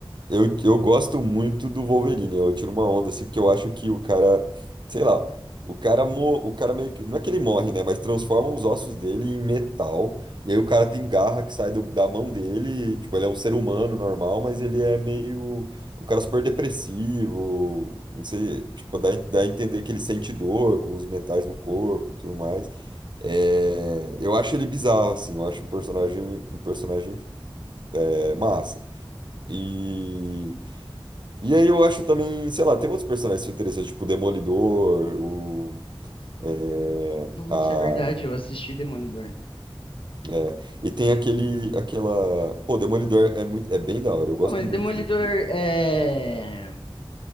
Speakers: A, on the right; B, on the left.
A: Eu, eu gosto muito do Wolverine, eu tiro uma onda, assim, porque eu acho que o cara, sei lá, o cara, mo, o cara meio que, não é que ele morre, né, mas transforma os ossos dele em metal, e aí o cara tem garra que sai do- da mão dele, e, tipo, ele é um ser humano normal, mas ele é meio, um cara super depressivo, não sei, tipo, dá, dá a entender que ele sente dor com os metais no corpo e tudo mais. É, eu acho ele bizarro, assim, eu acho um personagem, um personagem, é, massa. E e aí eu acho também, sei lá, tem outros personagens interessantes, tipo o Demolidor, o. é,
B: Nossa,
A: a,
B: é verdade, eu assisti Demolidor.
A: é, e tem aquele, aquela. Pô, o Demolidor é muito, é bem da hora, eu gosto
B: Pô, mas
A: muito
B: Demolidor
A: dele.
B: é